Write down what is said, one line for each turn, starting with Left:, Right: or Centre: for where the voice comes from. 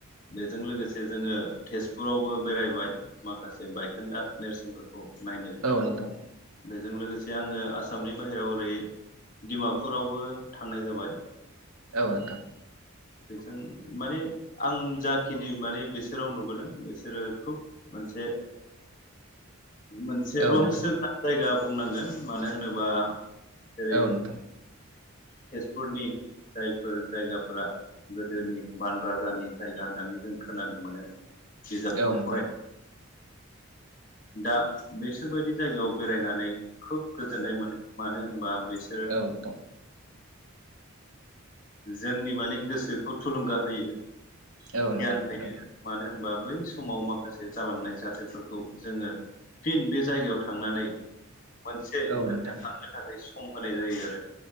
Left: बेजों लोगोसे जोङो तेजपुरावबो बेरायबाय माखासे बायखोन्दा नेरसोन खौ नायनो
Right: औ नोंथां
Left: जों लोगोसे आङो आसामनि बाहेरायाव ओरै डिमापुरावबो थांनाय जाबाय
Right: औ नोंथां
Left: बेजों माने आं जाखिनि माने बिसोराव नुबोदों बिसोरो खोब मोनसे, मोनसे
Right: औ
Left: रहिसो
Right: नोंथां
Left: <unintelligible> जायगा, बुंनांगोन, मानो होनोबा जेरै
Right: औ नोंथां
Left: तेजपुरनि जायफोर जायगाफोरा गोदोनि बान राजानि जायगा होननानै जों खोनानो मोनो, बिजाबफ्राव
Right: औ नोंथां
Left: फराय दा बेसोरबायदि जायगायाव बेरायनानै खोब गोजोननाय मोनो मानो होनबा, बिसोरो
Right: औ नोंथां
Left: जोंनि माने गोसोखौ थुलुंगा होयो,
Right: औ
Left: गियान
Right: नोंथां
Left: होयो
Right: नंगौ
Left: मानो होनबा बै समाव माखासे जालांनाय जाथायफोरखौ जोङो फिन बे, जायगायाव थांनानै मोनसे
Right: औ
Left: गोथां
Right: नोंथां
Left: गोथाङै स खम होनाय जायो आरो